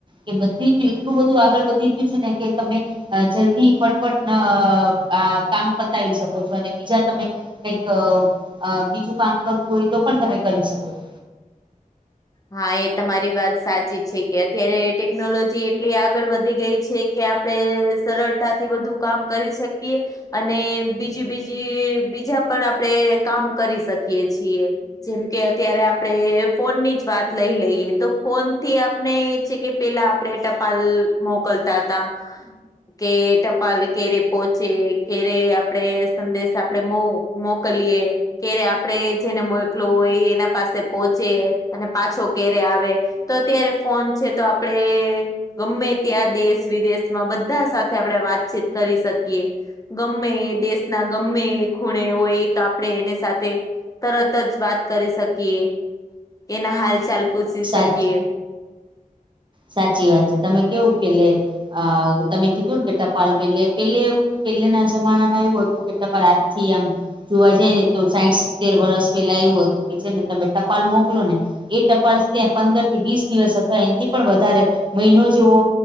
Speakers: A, on the right (about 35°); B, on the left (about 25°).
A: કે બધી જ એટલું બધું આગળ વધી ગયું છે ને કે તમે અ જલ્દી ફટફટ અ આ કામ પતાવી શકો છો. અને બીજા તમે કઈક અ બીજું કામ કરવું હોય તો પણ તમે કરી શકો છો.
B: હા એ તમારી વાત સાચી છે. કે અત્યારે ટેકનોલોજી એટલી આગળ વધી ગઈ છે કે આપણે સરળતાથી બધું કામ કરી શકીએ. અને બીજી બીજી બીજા પણ આપડે કામ કરી શકીયે છીએ. જેમ કે અત્યારે આપડે ફોનની જ વાત લઈ લઈએ તો ફોનથી આપણે છે કે પેલા આપણે ટપાલ મોકલતા તા. કે ટપાલ ક્યારે પોહચે, ક્યારે આપડે સંદેશ આપડે મો મોકલીએ, ક્યારે આપણેે જેને મોકલ્યુ હોય એ એના પાસે પોહચે. અને પાછો ક્યારે આવે. તો અત્યારે ફોન છે તો આપડે ગમે ત્યાં દેશ વિદેશમાં બધા સાથે આપણે વાતચીત કરી શકીએ. ગમે એ દેશના ગમે એ ખૂણે હોય એ તો આપણે એની સાથે તરત જ વાત કરી શકીએ, એના હાલચાલ પૂછી
A: છો સાચ
B: શકીએ.
A: સાચી વાત છે. તમે કેવું પેલે અ તમે કીધુંને કે ટપાલ પેલે પેલે એવું પેલાના જમાનામાં એવું હતું કે ટપાલ આજથી આમ જોવા જઈએ તો સાઈઠ સિત્તેર વર્સ પેલા એવું હતું કે છે ને તમે ટપાલ મોકલો ને એ ટપાલ ત્યાં પંદરથી વીસ દિવસ અથવા એનથી પણ વધારે મહિનો જેવો